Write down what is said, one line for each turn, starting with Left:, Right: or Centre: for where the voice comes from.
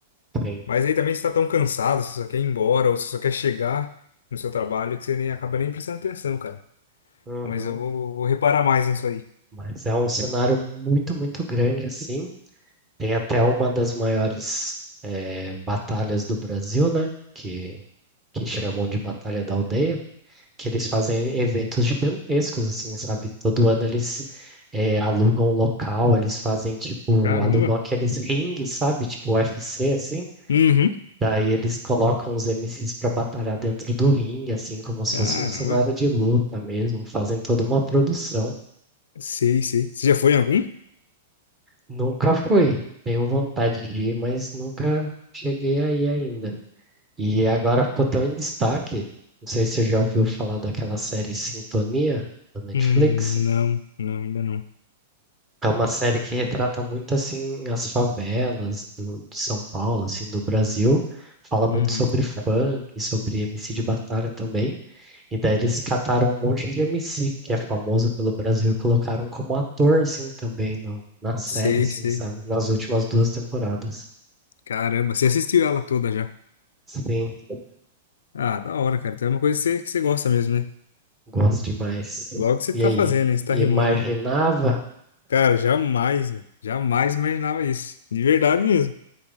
Right: Sim.
Left: Mas aí também você tá tão cansado, você só quer ir embora, ou você só quer chegar no seu trabalho, que você nem acaba nem prestando atenção, cara.
Right: Uhum.
Left: Mas eu vou, vou reparar mais nisso aí.
Right: Mas é um cenário muito, muito grande, assim. Tem até uma das maiores, eh, batalhas do Brasil, né? Que, que chamam de Batalha da Aldeia. que eles fazem eventos gigantescos, assim, sabe? Todo ano eles eh, alugam um local, eles fazem, tipo,
Left: Caramba.
Right: alugam aqueles rings, sabe? Tipo UFC, assim.
Left: Uhum.
Right: Daí eles colocam os MCs para batalhar dentro do ringue, assim, como se
Left: Caramba.
Right: fosse um cenário de luta mesmo. Fazem toda uma produção.
Left: Sei, sei. Você já foi em algum?
Right: Nunca fui. Tenho vontade de ir, mas nunca cheguei aí ainda. E agora ficou tão em destaque. Não sei se você já ouviu falar daquela série Sintonia da Netflix.
Left: Hum, não, não, ainda não.
Right: É uma série que retrata muito assim as favelas do, de São Paulo, assim, do Brasil. Fala muito
Left: Uhum.
Right: sobre funk, sobre MC de batalha também. E daí eles cataram um monte de MC que é famoso pelo Brasil e colocaram como ator assim também no, na série,
Left: Sei,
Right: assim,
Left: sei.
Right: sabe? Nas últimas duas temporadas.
Left: Caramba, você assistiu ela toda já.
Right: Sim,
Left: Ah, da hora, cara. Então é uma coisa que você, que você gosta mesmo, né?
Right: gosto demais.
Left: Logo que você
Right: E
Left: tá
Right: aí,
Left: fazendo, hein? Você tá
Right: imaginava
Left: rimando aí. Cara, jamais, meu. jamais imaginava isso. De verdade mesmo.